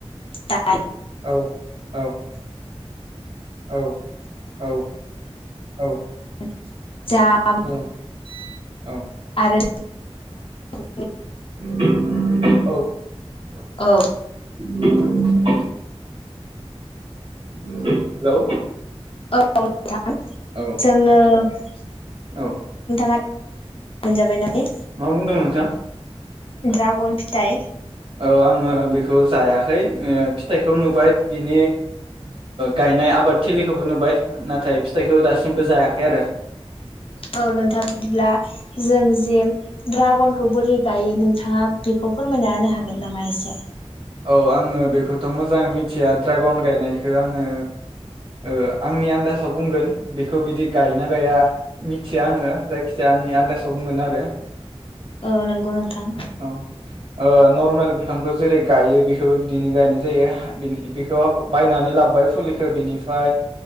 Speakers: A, on the left; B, on the right.
A: दा
B: औ औ औ औ औ
A: <inaudible> जाम
B: औ औ
A: आरो
B: <inaudible>
A: <inaudible> औ
B: हेलौ
A: औ नोंथां
B: औ
A: जोङो नोंथाङा
B: औ
A: मोनजाबायना बे
B: मा बुंदोंमोन नोंथां
A: ड्राग'न फिथाइ
B: औ आङो बे खौ जायाखै फिथाइखौ नुबाय बिनि गायनाय आबाद थिलिखौबो नुबाय नाथाय फिथाइखौ दासिमबो जायाखै आरो
A: औ औ नोंथां बिदिब्ला जों जे ड्रागनखौ बोरै गायो नोंथाङा बेखौ फोरमायना होनो हागोन नामा एसे
B: औ आङो बेखौथ' मोजाङै मिथिया ड्रागन गायनायखौ आङो ओ आंनि आन्दासाव बुंगोन बेखौ बिदि गायना गाया मिथिया आङो जायखिजाया आंनि आन्दासाव बुंगोन आरो
A: औ नंगौ नोंथां
B: औ ओ नर्मेल <unintelligible> जेरै गायो बेखौबो बिदिनो गायनाय जायो बेखौ बायनानै लाबोबाय फुलिखौ बिनिफ्राय